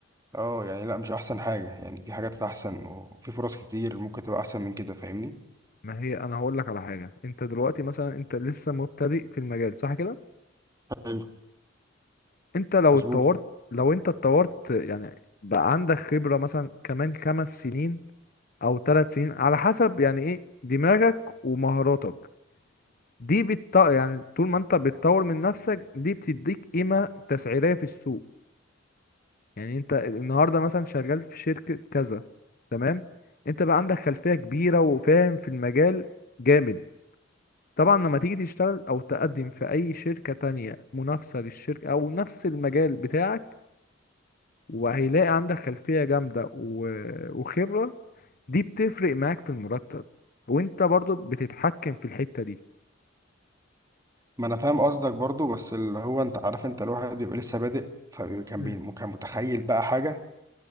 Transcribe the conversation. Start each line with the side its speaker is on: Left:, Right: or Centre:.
Right: اه يعني لا مش أحسن حاجة يعني في حاجات أحسن وفي فرص كتير ممكن تبقى أحسن من كده فاهمني
Left: ما هي انا هقول لك على حاجة انت دلوقتي مثلا انت لسه مبتدئ في المجال صح كده
Right: حلو
Left: انت لو
Right: مظبوط
Left: اتطورت لو انت اتطورت يعني بقى عندك خبرة مثلا كمان خمس سنين او ثلاث سنين على حسب يعني ايه دماغك ومهاراتك دي بتط... يعني طول ما انت بتطور من نفسك دي بتديك قيمة تسعيرية في السوق يعني انت النهارده مثلا شغال في شركة كذا تمام انت بقى عندك خلفية كبيرة وفاهم في المجال جامد طبعا لما تيجي تشتغل او تقدم في اي شركة تانية منافسة للشركة او نفس المجال بتاعك وهيلاقي عندك خلفية جامدة و- وخبرة دي بتفرق معاك في المرتب وانت برضو بتتحكم في الحتة دي
Right: ما أنا فاهم قصدك برضو بس اللي هو أنت عارف أنت الواحد بيبقى لسه بادئ فكان
Left: مم.
Right: بي- كان متخيل بقى حاجة